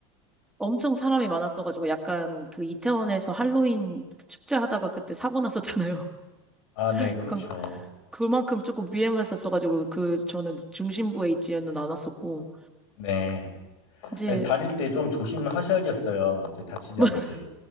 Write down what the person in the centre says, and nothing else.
엄청 사람이 많았어가지고 약간 그 이태원에서 할로윈 축제하다가 그때 사고 났었잖아요.
<laughs>
약간 그만큼 조금 위험했었어가지고 그 저는 중심부에 있지는 않았었고
이제
<laughs>